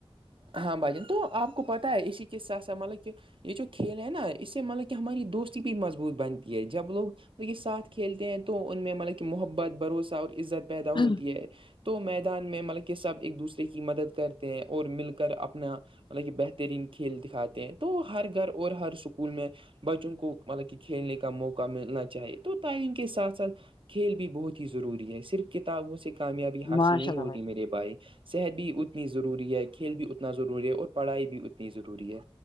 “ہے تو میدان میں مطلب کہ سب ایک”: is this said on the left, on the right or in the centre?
Right